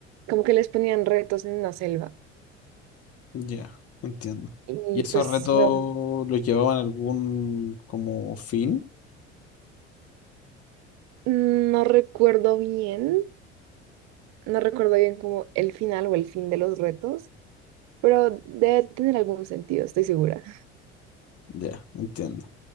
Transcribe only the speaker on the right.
como que les ponían retos en una selva.
Y
pues
no,
no recuerdo bien, No recuerdo bien como el final o el fin de los retos, pero debe tener algún sentido, estoy segura.